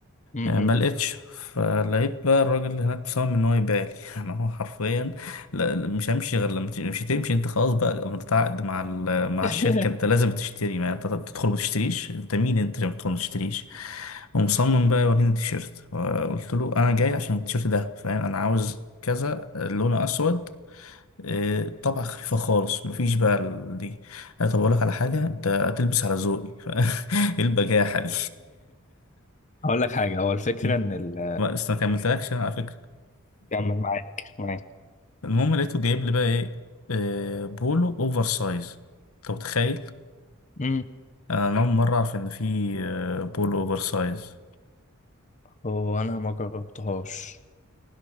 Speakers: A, on the left; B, on the left.
A: مم،
B: آه،
A: مم.
B: ما لقيتش فلقيت بقى الراجل اللي هناك مصمم ان هو يبيع لي <laughs> انا هو حرفيا لا لا، مش همشي غير لما تمشي- مش هتمشي انت خلاص بقى متعاقد مع ال- مع
A: <laughs>
B: الشركه انت لازم تشتري ما انت تدخل ما تشتريش انت مين انت عشان تدخل ما تشتريش ومصمم بقى يوريني التيشيرت قلت له انا جاي عشان التيشيرت ده فاهم انا عاوز كذا لونه اسود آه، طبعة خفيفة خالص مفيش بقى ال- دي آه، طب أقول لك على حاجة أنت هتلبس على ذوقي <laughs> ف- إيه البجاحة دي
A: هقول لك حاجة هو الفكرة
B: <laughs>
A: إن ال...
B: ما أصل ما كملتلكش أنا على فكرة
A: كمل معاك معاك
B: <laughs> المهم لقيته جايب لي بقى إيه آه، بولو أوفر سايز أنت متخيل؟
A: امم
B: أنا أول مرة أعرف إن في آه، بولو أوفر سايز
A: هو أنا ما جربتهاش